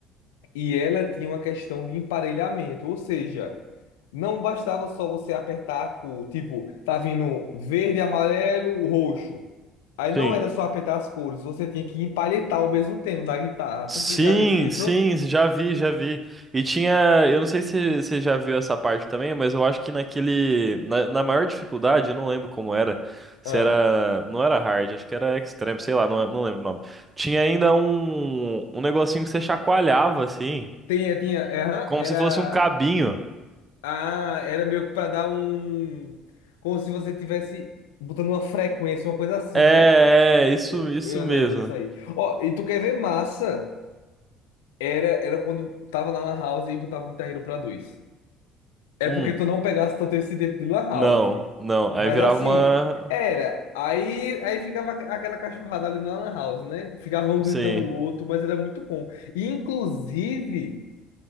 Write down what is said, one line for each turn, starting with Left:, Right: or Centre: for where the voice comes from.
Left: E ela tinha uma questão de emparelhamento, ou seja, não bastava só você apertar a cor, tipo, tá vindo verde, amarelo, roxo. Aí
Right: Sim.
Left: não era só apertar as cores, você tinha que empalhetar ao mesmo tempo da guitarra. Tu
Right: Sim,
Left: já visse isso?
Right: sim, já vi, já vi. E tinha, eu não sei se você já viu essa parte também, mas eu acho que naquele, na, na maior dificuldade, eu não lembro como era, se
Left: Ah.
Right: era, não era hard, acho que era extreme, sei lá, não, não lembro o nome. Tinha ainda um, um negocinho que você chacoalhava assim,
Left: Tinha, tinha, é, aham,
Right: como
Left: era,
Right: se fosse um cabinho.
Left: ah, era meio que pra dar um, como se você tivesse botando uma frequência, uma coisa assim,
Right: É,
Left: né?
Right: é, isso,
Left: Eu,
Right: isso
Left: eu
Right: mesmo.
Left: lembro disso aí. Ó, e tu quer ver massa? Era, era quando tava na Lan House e botava o Guitar Hero pra dois. É
Right: Hum,
Left: porque tu não pegasse tanto esse tempo de Lan House.
Right: não, não, aí
Left: Mas
Right: virava
Left: assim,
Right: uma,
Left: era. Aí, aí ficava aqu- aquela cachorrada ali na Lan House, né? Ficava um gritando
Right: sim,
Left: o outro, mas era muito bom. E inclusive,